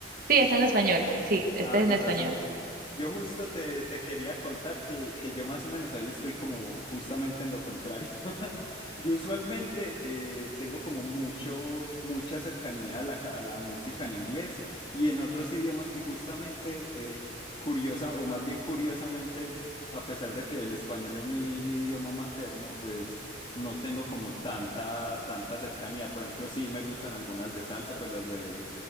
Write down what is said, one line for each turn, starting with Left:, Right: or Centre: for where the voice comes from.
Right: Sí, está en español, sí, está
Left: Ah,
Right: en
Left: con
Right: español.
Left: razón. Yo justo te, te quería contar que, que yo más o menos ahí estoy como justamente en lo contrario. <laughs> Yo usualmente eh, tengo como mucho, mucha cercanía a la, ca- a la música en inglés y en otros idiomas y justamente eh, curiosa, o más bien curiosamente, a pesar de que el español es mi, mi idioma materno, pues no tengo como tanta, tanta cercanía. Por ejemplo, sí me gustan algunas de salsa, pues las de